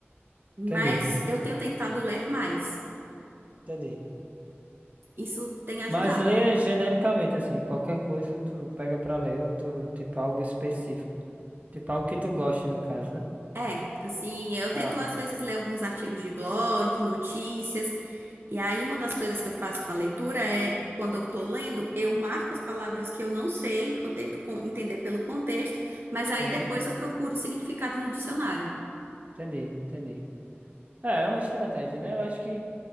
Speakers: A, on the right; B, on the right.
A: Mas
B: Entendi,
A: eu tenho tentado ler mais.
B: entendi.
A: Isso tem ajudado.
B: Mas leia genericamente, assim, qualquer coisa tu pega pra ler ou tu, tipo, algo específico. Tipo, algo que tu goste, no caso, né?
A: É, assim, eu
B: Ah,
A: tento às vezes ler alguns artigos de blog, notícias, e aí uma das coisas que eu faço com a leitura é, quando eu tô lendo, eu marco as palavras que eu não sei, eu tento con- entender pelo contexto, mas aí
B: uhum,
A: depois eu procuro o significado no dicionário.
B: entendi, entendi. É, é uma estratégia, né? Eu acho que,